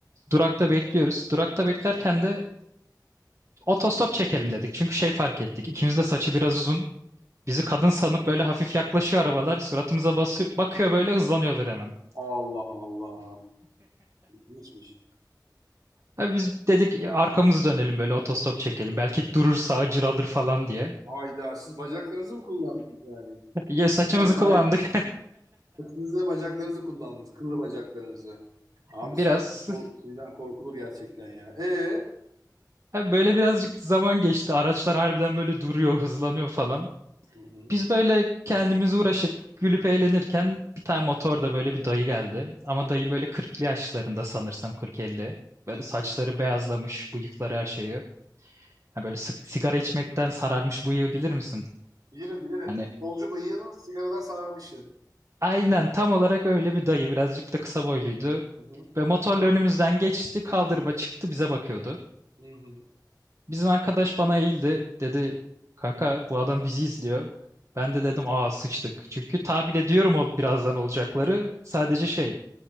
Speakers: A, on the right; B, on the right.
A: Durakta bekliyoruz. Durakta beklerken de otostop çekelim dedik. Çünkü şey fark ettik. İkimiz de saçı biraz uzun. Bizi kadın sanıp böyle hafif yaklaşıyor arabalar. Suratımıza basıyor, bakıyor böyle hızlanıyorlar hemen.
B: Allah Allah. İlginçmiş.
A: Abi biz dedik "E, arkamızı dönelim böyle otostop çekelim. Belki durur sağcı alır falan diye.
B: Hayda siz bacaklarınızı mı kullandınız yani?
A: <laughs> Ya saçımızı
B: Bir tane
A: kullandık
B: erkek saçınızı bacaklarınızı kullandınız. Kıllı bacaklarınızı. Abi
A: <laughs> biraz.
B: siz, ko- sizden korkulur gerçekten ya. E
A: Abi böyle birazcık zaman geçti. Araçlar harbiden böyle duruyor, hızlanıyor falan.
B: Hı hı.
A: Biz böyle kendimizi uğraşıp gülüp eğlenirken bir tane motorda böyle bir dayı geldi. Ama dayı böyle kırklı yaşlarında sanırsam 40-50. Böyle
B: Hı
A: saçları
B: hı.
A: beyazlamış, bıyıkları her şeyi. Ha böyle sık- sigara içmekten sararmış bıyığı bilir misin?
B: bilirim bilirim.
A: Hani
B: Solcu bıyığının sigaradan sararmışı.
A: Aynen tam olarak öyle bir dayı. Birazcık da kısa boyluydu.
B: Hı hı.
A: Ve motorla önümüzden geçti. Kaldırıma çıktı bize bakıyordu.
B: Hı hı.
A: Bizim arkadaş bana eğildi. Dedi kanka bu adam bizi izliyor. Ben de dedim aa sıçtık. Çünkü tahmin ediyorum ol birazdan olacakları. Sadece şey